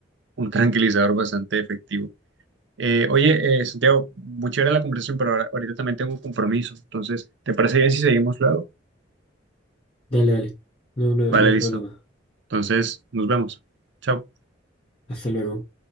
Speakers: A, on the right; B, on the left.
A: un tranquilizador bastante efectivo. Eh, oye, eh, Santiago, muy chévere la conversación, pero ahora, ahorita también tengo un compromiso, entonces, ¿te parece bien si seguimos luego?
B: Dale, dale, no, no,
A: Vale,
B: no hay
A: listo.
B: problema.
A: Entonces, nos vemos. Chao.
B: Hasta luego.